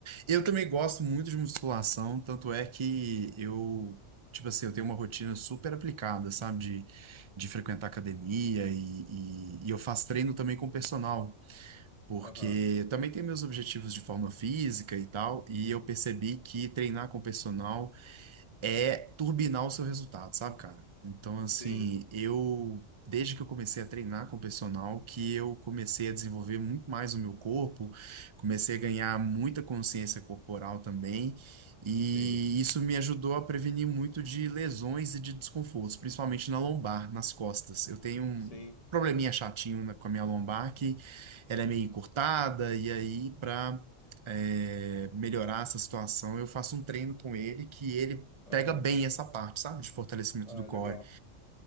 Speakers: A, on the right; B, on the left.
A: Eu também gosto muito de musculação, tanto é que eu, tipo assim, eu tenho uma rotina super aplicada, sabe? De, de frequentar academia e, e, e eu faço treino também com personal, porque
B: Aham.
A: eu também tenho meus objetivos de forma física e tal, e eu percebi que treinar com personal é turbinar o seu resultado, sabe, cara? Então, assim,
B: Sim,
A: eu, desde que eu comecei a treinar com o personal, que eu comecei a desenvolver muito mais o meu corpo, comecei a ganhar muita consciência corporal também, e
B: sim,
A: isso me ajudou a prevenir muito de lesões e de desconfortos, principalmente na lombar, nas costas. Eu tenho um
B: sim.
A: probleminha chatinho na- com a minha lombar, que ela é meio encurtada, e aí, pra é, melhorar essa situação, eu faço um treino com ele que ele
B: Aham.
A: pega bem essa parte, sabe? De fortalecimento
B: Ah,
A: do core.
B: legal.